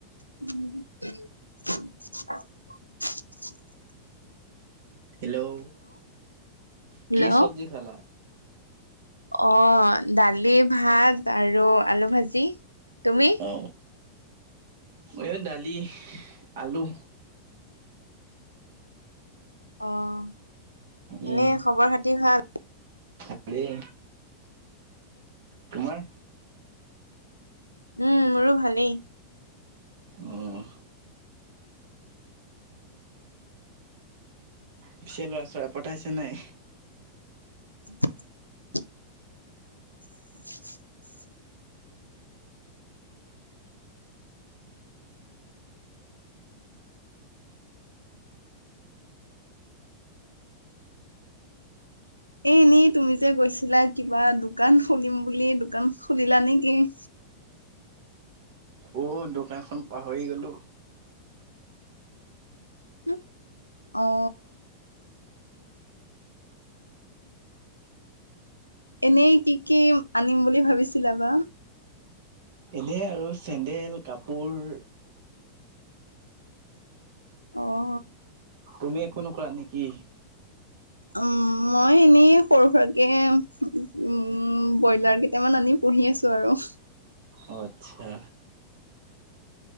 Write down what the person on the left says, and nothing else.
<unintelligible>
হেল্ল'
অ দালি ভাত আৰু আলু ভাজি তুমি?
অ এনেই
খৱৰ খাতি ভাল
উম মোৰো ভালেই
<inaudible> <inaudible> এনে তুমি যে গৈছিলা কিবা দোকান খুলিম বুলি দোকান খুলিলা নেকি? <inaudible>
<unintelligible> অ এনেই কি কি আনিম বুলি ভাবিছিলা বা
অ অ
উম মই এনেই সৰু সুৰাকৰাকে উম ব্ৰইলাৰ কেইটামান আনি পুহি আছো আৰু